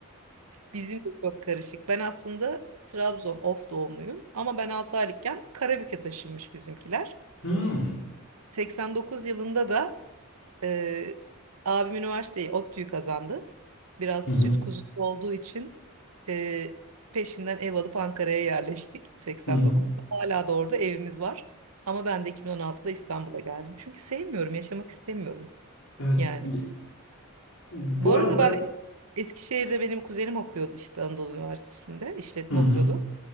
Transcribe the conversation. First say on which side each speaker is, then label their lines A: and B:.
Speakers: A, on the right (about 85°); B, on the left (about 65°).
A: Bizim de çok karışık. Ben aslında Trabzon Of doğumluyum ama ben 6 aylıkken Karabük'e taşınmış bizimkiler.
B: Hmm.
A: 89 yılında da Ee, abim üniversiteyi ODTÜ'yü kazandı. Biraz
B: Hı hı.
A: süt kuzusu olduğu için e, peşinden ev alıp Ankara'ya yerleştik 89'da.
B: Hı hı.
A: Hala da orada evimiz var. Ama ben de 2016'da İstanbul'a geldim. Çünkü sevmiyorum, yaşamak istemiyorum
B: Evet.
A: yani.
B: Ge- Bu
A: Bu arada
B: arada
A: ben Es- Eskişehir'de benim kuzenim okuyordu işte Anadolu Üniversitesi'nde işletme
B: Hı hı.
A: okuyordu.